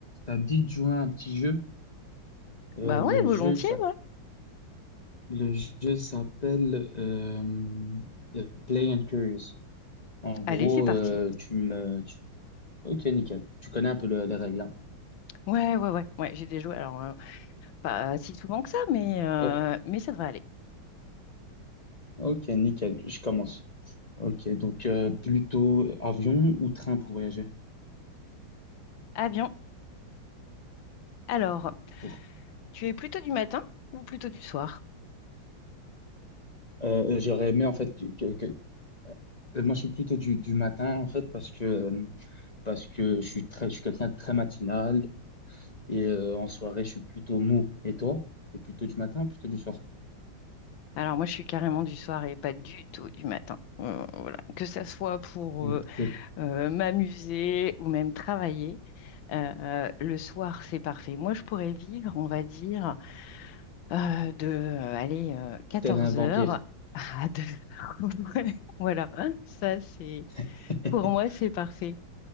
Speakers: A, on the left; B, on the left.
A: Ça dit de jouer à un petit jeu. Euh,
B: Bah
A: le
B: ouais, volontiers,
A: jeu, il s'app-
B: ouais.
A: le jeu s'appelle euh, euh, Play and Curious. En gros,
B: Allez, c'est parti.
A: euh, tu me... tu- Ok, nickel. Tu connais un peu le- les règles, hein.
B: Ouais, ouais, ouais, ouais, j'ai des jouets. Alors, euh, pas si souvent que ça, mais, euh,
A: Euh,
B: mais ça devrait aller.
A: ok, nickel. Je commence. Ok, donc euh, plutôt avion ou train pour voyager?
B: Ah bien. Alors,
A: Pour...
B: tu es plutôt du matin ou plutôt du soir?
A: Euh, j'aurais aimé, en fait, que... que- que- euh, Moi, je suis plutôt du, du matin, en fait, parce que, euh, parce que je suis très, je suis quelqu'un de très matinal et euh, en soirée, je suis plutôt mou. Et toi? T'es plutôt du matin ou plutôt du soir?
B: Alors, moi, je suis carrément du soir et pas du tout du matin. Euh, voilà. Que ça soit pour
A: Ou-
B: euh,
A: ou
B: euh, m'amuser ou même travailler, euh, le soir, c'est parfait. Moi, je pourrais vivre, on va dire, euh, de, euh, allez, 14
A: Tel un vampire.
B: heures à deux heures <laughs> Voilà, ça, c'est.
A: <laughs>
B: Pour moi, c'est parfait.